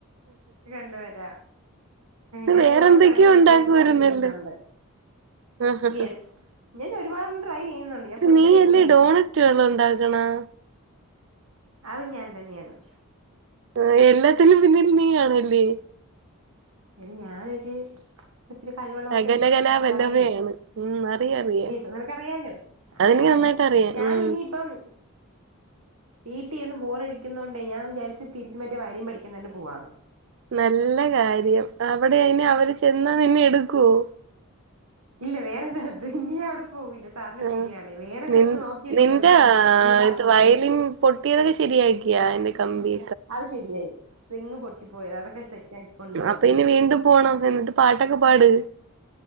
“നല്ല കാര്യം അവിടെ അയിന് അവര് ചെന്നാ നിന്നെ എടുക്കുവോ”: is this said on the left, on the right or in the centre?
Right